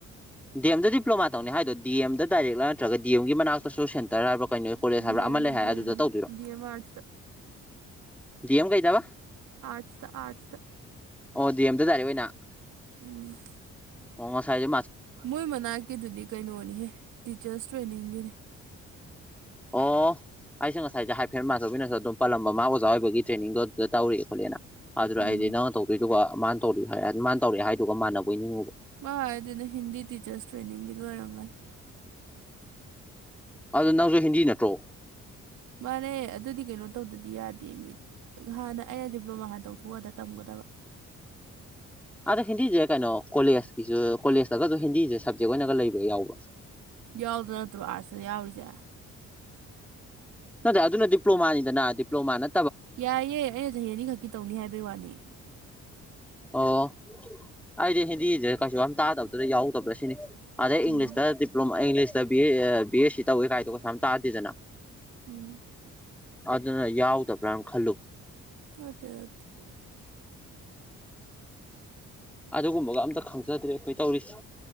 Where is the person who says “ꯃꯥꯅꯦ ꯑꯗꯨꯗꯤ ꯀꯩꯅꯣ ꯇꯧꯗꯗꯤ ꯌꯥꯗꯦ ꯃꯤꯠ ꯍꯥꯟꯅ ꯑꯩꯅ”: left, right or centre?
Right